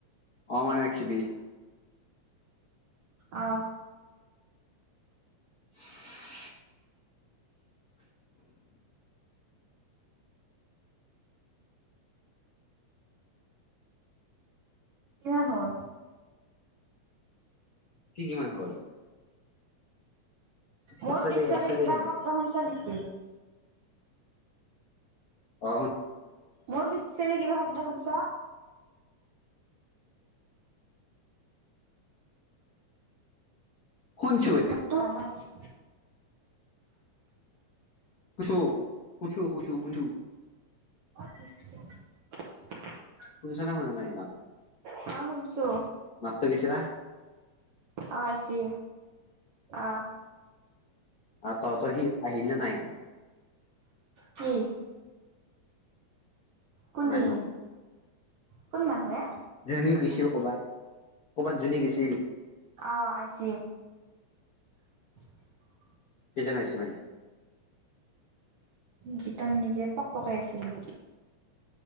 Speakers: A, on the left (about 80°); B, on the right (about 65°).
A: অ মানে ৰাখিবি।
B: অ।
A: <unintelligible>
B: কিমান হ'ল?
A: কি কিমান হ'ল?
B: মোৰ
A: আছে
B: পিছফালে
A: দে আছে
B: কিবা
A: দে
B: শব্দ শুনছ নেকি?
A: অ হো
B: মোৰ পিছে যে কিবা শব্দ শুনছ?
A: শুনচু
B: <unintelligible>
A: কুছো কুছো শুছু শুনছো।
B: <unintelligible>
A: শুনিছ নে শুনা নাই জান?
B: শুনছো
A: মাতটো গেইছে না?
B: আহ আইছে আহ।
A: অ তহঁত সি আহিলে নাই?
B: কি? কোনে?
A: মানুহ
B: কোন মানুহে?
A: যেনি গৈছিল কৰ'বাত, ক'বাত যেনি গৈছিল।
B: অ আছে। <inaudible>
A: সেইজ নাই চি মে।
B: যিটোন নিজে পক পকাই আছিলো।